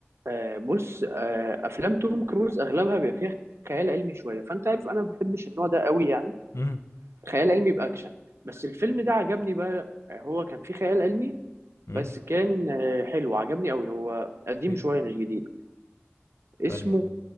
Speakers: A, on the right; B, on the left.
A: آه بص آه افلام توم كروز اغلبها بيبقى فيها خيال علمي شويه فانت عارف انا ما بحبش النوع ده قوي يعني
B: امم
A: خيال علمي باكشن بس الفيلم ده عجبني بقى آه، هو كان فيه خيال علمي
B: امم
A: بس كان آه حلو عجبني قوي هو قديم
B: إيه؟
A: شويه مش جديد اسمه
B: انهي